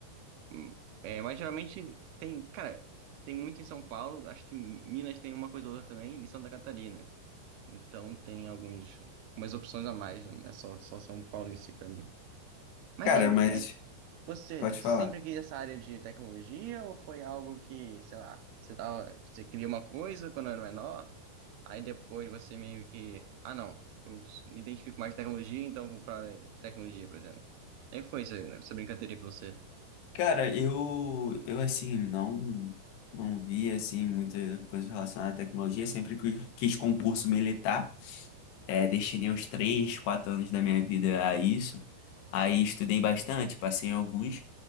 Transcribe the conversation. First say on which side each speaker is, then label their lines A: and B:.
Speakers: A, on the right (about 75°); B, on the left (about 80°).
A: Hum, É, mas geralmente tem, cara, tem muito em São Paulo, acho que em Minas tem uma coisa ou outra também, e Santa Catarina. Então tem alguns, umas opções a mais, não é só, só São Paulo em si pra mim. Mas
B: Cara,
A: aí,
B: mas
A: é, você,
B: pode
A: você
B: falar.
A: sempre quis essa área de tecnologia ou foi algo que, sei lá, você tava, você queria uma coisa quando era menor, aí depois você meio que, ah não, eu me identifico mais com tecnologia, então vou pra área de tecnologia, por exemplo. Como é que foi isso aí, né? Essa brincadeira aí pra você?
B: Cara, eu, eu assim, não, não vi, assim, muita coisa relacionada à tecnologia. Sempre que quis concurso militar, é, destinei uns três quatro anos da minha vida a isso. Aí estudei bastante, passei em alguns,